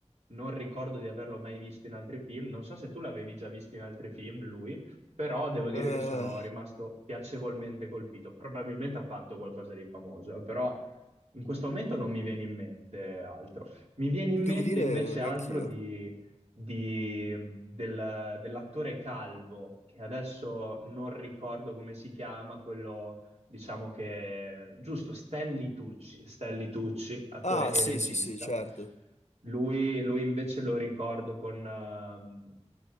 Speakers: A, on the right (about 65°); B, on the left (about 70°).
A: non ricordo di averlo mai visto in altri film. Non so se tu l'avevi già visto in altri film, lui, però devo dire
B: Eh,
A: che sono rimasto piacevolmente colpito. Probabilmente ha fatto qualcosa di famoso, eh, però in questo momento non mi viene in mente altro. Mi viene in
B: devo
A: mente
B: dire,
A: invece
B: neanch'io.
A: altro di, di- del- dell'attore Calvo, che adesso non ricordo come si chiama, quello diciamo che... Giusto, Stanley Tucci, Stanley Tucci, attore
B: Ah,
A: e
B: sì,
A: regista.
B: sì, sì, certo.
A: Lui, lui invece lo ricordo con, ehm,